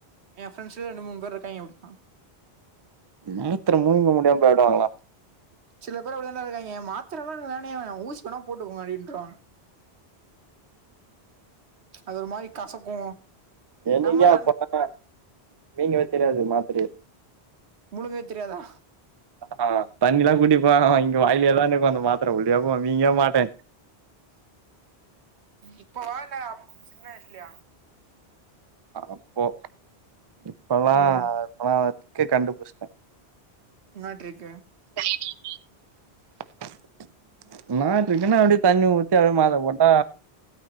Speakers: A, on the right; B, on the right.
A: ஏ ஃபிரெண்ட்ஸ்சே ரெண்டு மூணு பேர் இருக்காய்ங்க என்பா
B: மாத்தர முழுங்க முடியாம பயப்படுவாங்களா
A: சில பேர் அப்படிதாண்டா இருக்காய்ங்க மாத்தரலா எனக்கு வேணவேவேணா ஊசிவேணா போட்டுக்கோங்க அப்டின்றுவாங்க அது ஒரு மாரி கசக்கு
B: என்னைக்காப்ப
A: நம்மல்லா
B: நீங்கவே தெரியாது மாத்திரி
A: முழுங்கவே தெரியாதா
B: ஆஹ் தண்ணில்லா குடிப்பே இங்க வாயிலேதா நிக்கு அந்த மாத்தர உள்ளயே போகு முயிங்கே மாட்டே
A: இப்போவா இல்ல அப் சின்ன வயசுலயா.
B: அப்போ இப்பல்லா.
A: ம்
B: இப்பல்லா அந்த ட்ரிக்கே கண்டுபுட்ச்சிட்ட
A: என்ன ட்ரிக்கு
B: <inaudible> என்னா ட்ரிக்குன்னா அப்டியே தண்ணி ஊத்தி அப்டியே மாத்தர போட்டா.